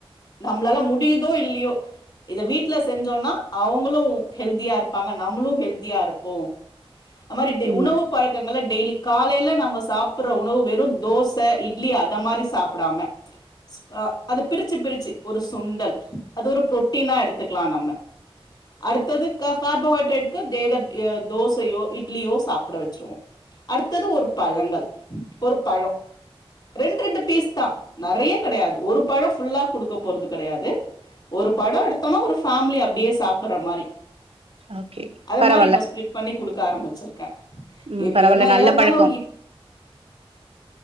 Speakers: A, on the left; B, on the right.
A: நமளால முடியுதோ இல்லியோ இத வீட்ல செஞ்சோனா அவுங்களு ஹெல்தியாருப்பாங்க நம்மளு ஹெல்தியாருப்போ அ மாரி டெ
B: உண்மதான்.
A: உணவு பழக்கங்கள்ல டெய்லி காலைல நம்ம சாப்புற உணவு வெறு தோச இட்லி அத மாரி சாப்டாம ஆஹ் அது பிரிச்சு பிரிச்சு ஒரு சுண்டல் அது ஒரு பு்ரோட்டீனா எடுத்துக்லா நம்ம அடுத்தது க கார்போஹைட்ரேட்க்கு தேத அஹ் தோசையோ இட்லியோ சாப்ட வச்ருவோ அடுத்தது ஒரு பழங்கள் ஒரு பழ ரெண்டு ரெண்டு பீஸ்தா நெறய கெடையாது ஒரு பழ ஃபுல்லா குடுக்க போறது கெடையாது ஒரு பட எடுத்தோனா ஒரு ஃபேமிலி அப்டியே சாப்ற மாரி
B: ஓகே.
A: அது
B: பரவால்ல.
A: மாரி இப்ப ஸ்பிளிட் பண்ணி குடுக்க ஆரம்பிச்சிர க்க
B: ம்
A: எ
B: பரவால்ல.
A: என்ன
B: நல்ல
A: எதனாலு
B: பழக்கம்.
A: இப்